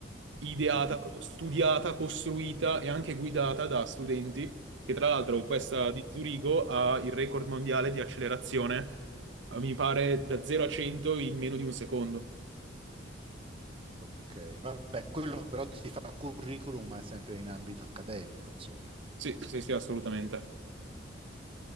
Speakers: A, on the right; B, on the right.
A: ideata,
B: Mhm.
A: proprio studiata, costruita e anche guidata da studenti, che tra l'altro questa
B: Ah.
A: di Zurigo ha il record mondiale di accelerazione, eh, mi pare da 0 a 100 in meno di un secondo.
B: Ok, vabbè, quello però ti fa curriculum, ma è sempre in ambito accademico, insomma.
A: Sì, sì, sì, assolutamente.